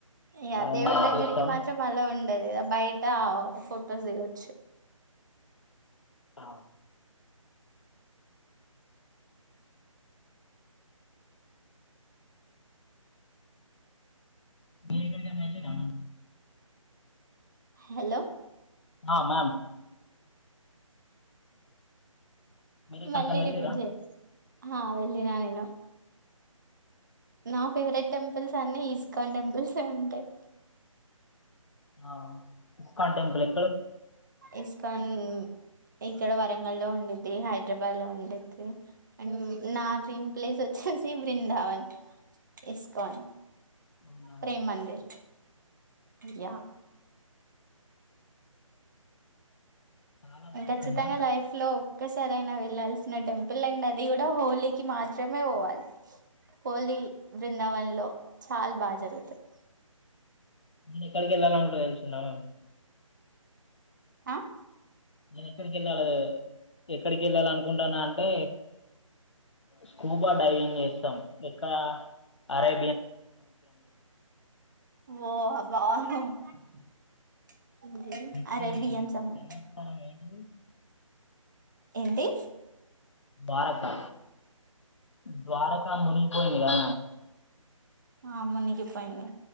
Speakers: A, on the right; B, on the left.
A: యా
B: అది
A: దేవుడి
B: మా
A: దగ్గరికి
B: అదృష్టం
A: మాత్రం అలో ఉండదుకదా బయట ఫోటోస్ దేవొచ్చు.
B: ఆహ్. మీరు ఎక్కడికైనా ఎల్లి రా
A: హలో
B: మా మ్యామ్. మీరు ఎక్కడికైనా
A: మళ్ళీ
B: వెళ్ళిర్రా
A: రిపీట్ చేయి ఆహ్ వెళ్ళిన నేను. నా ఫేవరెట్ టెంపుల్స్ అన్ని ఈస్కాన్ టెంపుల్స్యే ఉంటాయి.
B: ఆహ్ ఇస్కాన్ టెంపులే.
A: ఇస్కాన్ ఇక్కడ వరంగల్లో ఉంది. ఇది హైదరాబాద్ లో ఉండెది అండ్ నా డ్రీమ్ ప్లేస్ వచ్చేసి బృందావన్. ఇస్కాన్.
B: ఉమ్ అవునా.
A: ప్రేమ్ మందిర్ యా.
B: చాలా బాగుంటుందా
A: ఖచ్చితంగా లైఫ్ లో. ఒక్కసారి అయినా వెళ్లాల్సిన టెంపుల్ అండి అది కూడా హోలీకి మాత్రమే పోవాలి. హోలీ బ్రిన్దావన్ లో చాలా బాగా జరుగుతది.
B: ఉమ్ ఎక్కడికి ఎల్లల్లంటే అనుకున్నారా ఆన్.
A: ఆహ్.
B: నేను ఎక్కడికి ఏళ్ళాలే ఎక్కడికి ఏళ్ళాలి అనుకుంటాన్న అంటే. స్కూబా డైవింగ్ చేస్తాన్ ఎక్కడ అరై.
A: వో అబ్బగుందండి.
B: కృష్ణుడి
A: అరే బియ్యం సంము.
B: జన్మస్థానం ఏంటిది
A: ఏంటి.
B: ద్వారకా ద్వారకా మునిగిపోయిందిగా.
A: ఆహ్ మునిగిపోయింది.